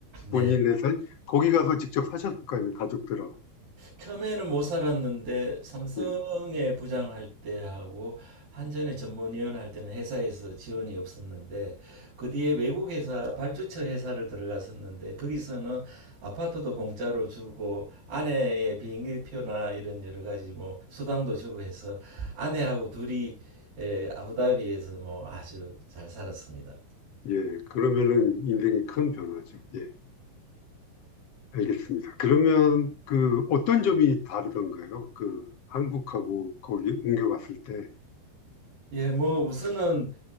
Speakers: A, on the right; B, on the left.
A: 네.
B: 본인의 살 거기 가서 직접 사셨을 거 아니에요, 가족들하고.
A: 처음에는 못 살았는데 삼성에
B: 예,
A: 부장할 때하고 한전에 전문위원 할 때는 회사에서 지원이 없었는데 그 뒤에 외국 회사 발주처 회사를 들어갔었는데 거기서는 아파트도 공짜로 주고 아내의 비행기표나 이런 여러 가지 뭐 수당도 주고 해서 아내하고 둘이 에, 아부다비에서 뭐 아주 잘 살았습니다.
B: 예, 그러면은 인생이 큰 변화죠. 예, 알겠습니다. 그러면 그 어떤 점이 다르던가요? 그 한국하고 거기 옮겨갔을 때,
A: 예, 뭐 우선은